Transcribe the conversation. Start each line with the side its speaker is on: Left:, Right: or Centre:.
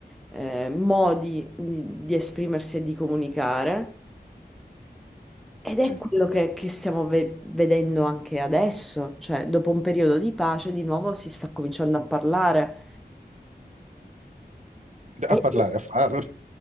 Centre: eh, modi di, di esprimersi e di comunicare. Ed è
Right: sì.
Centre: quello che, che stiamo ve- vedendo anche adesso, cioè dopo un periodo di pace, di nuovo si sta cominciando a parlare.
Right: A
Centre: E
Right: parlare, a farlo.